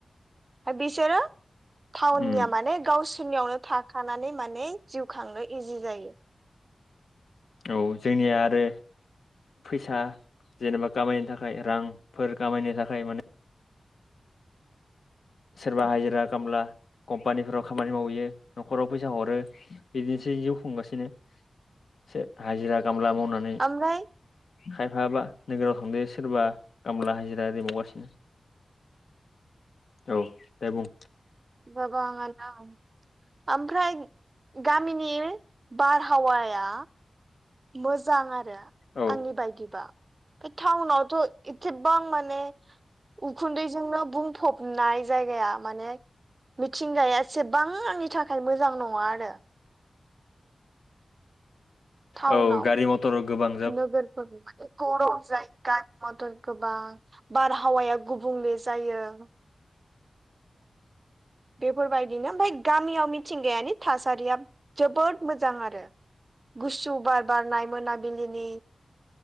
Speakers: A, on the right (about 40°); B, on the left (about 80°).
A: ओ बिसोरो टाउननिया
B: उम
A: माने गावसोरनियावनो थाखानानै माने जिउ खांनो इजि जायो।
B: औ जोंनिया आरो फैसा जेनेबा खामायनो थाखाय रांफोर खामायनो थाखाय माने सोरबा हाजिरा खामला कम्पानिफोराव खामानि मावहैयो न'खराव फैसा हरो बिदिनोसै जिउ खुंगासिनो सो। हाजिरा खामला मावनानै।
A: ओमफ्राय
B: खायफाबा नोगोराव थांदो सोरबा खामला हाजिरा आरोआरि मावगासिनो। <inaudible> औ दे बुं।
A: बाबाङ द ओमफ्राय गामिनि। बारहावाया। मोजां आरो
B: औ
A: आंनि बायदिबा बे टाउनावथ'। एथ'बां माने उखुन्दैजोंनो बुंफबनाय जायगाया माने। मिथिंगाया एसेबां आंनि थाखाय मोजां नङा आरो। टाउनाव
B: औ गारि मथर गोबां
A: नोगोर। गरम जायो गारि मथर गोबां बारहावाया गुबुंले जायो। <inaudible> बेफोरबायदिनो ओमफाय गामियामिथिंगायानि थासारिया जोबोद मोजां आरो। गुसु बार बारनाय मोनाबिलिनि